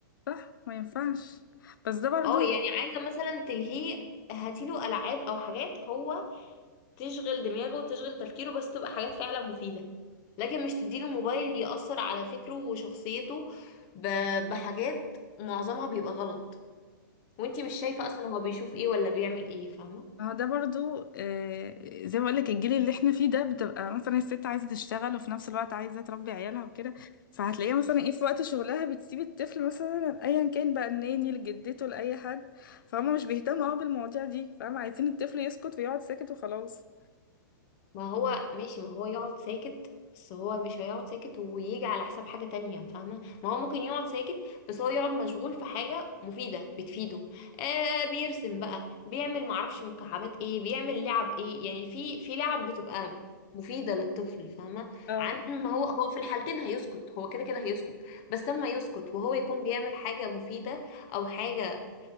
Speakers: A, on the left; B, on the left.
A: صح ما ينفعش بس ده برضو
B: اه يعني عايزة مثلا تلهيه هاتيله ألعاب أو حاجات هو تشغل دماغه وتشغل تفكيره بس تبقى حاجات فعلا مفيدة لكن مش تديله موبايل يأثر على فكره وشخصيته ب- بحاجات معظمها بيبقى غلط وانتي مش شايفة أصلا هو بيشوف ايه ولا بيعمل ايه فاهمة
A: ما هو ده برضو آه، زي ما بقولك الجيل اللي احنا فيه ده بتبقى مثلا الست عايزة تشتغل وفي نفس الوقت عايزة تربي عيالها وكده فهتلاقيها مثلا ايه في وقت شغلها بتسيب الطفل مثلا ايا كان بقى الناني لجدته لأي حد فهم مش بيهتموا اه بالمواضيع دي فهم عايزين الطفل يسكت ويقعد ساكت وخلاص
B: ما هو ماشي ما هو يقعد ساكت بس هو مش هيقعد ساكت ويجي على حساب حاجة تانية فاهمة ما هو ممكن يقعد ساكت بس هو يقعد مشغول في حاجة مفيدة بتفيده آه بيرسم بقى بيعمل معرفش مكعبات ايه بيعمل لعب ايه يعني في في لعب بتبقى مفيدة للطفل فاهمة
A: اه
B: عن ما هو هو في الحالتين هيسكت هو كده كده هيسكت بس اما يسكت وهو يكون بيعمل حاجة مفيدة او حاجة